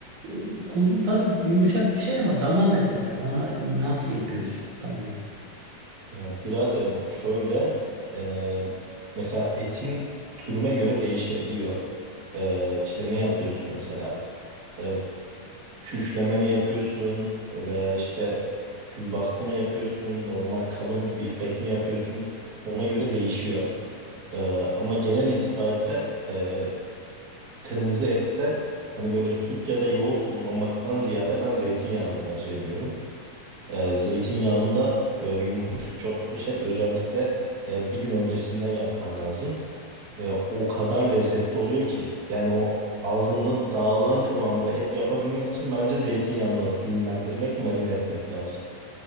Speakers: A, on the right; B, on the right.
A: e, kuzu tabii yumuşak bir şey ama dana mesela dana nasıl yapıyorsun danayı?
B: Ee, Biraderim şöyle e, mesela etin türüne göre değişebiliyor. Ee, işte ne yapıyorsun mesela? Ee, küşleme mi yapıyorsun veya işte külbastı mı yapıyorsun? Normal kalın bir biftek mi yapıyorsun? Ona göre değişiyor. Ee, ama genel itibariyle e, kırmızı ette hani böyle süt ya da yoğurt kullanmaktan ziyade ben zeytinyağını tercih ediyorum. E, zeytinyağında e, yumuşamış et özellikle e, bir gün öncesinden yapman lazım. E, o kadar lezzetli oluyor ki yani o ağzında dağılan kıvamda et yapabilmek için bence zeytinyağını dinlendirmek, marine etmek lazım.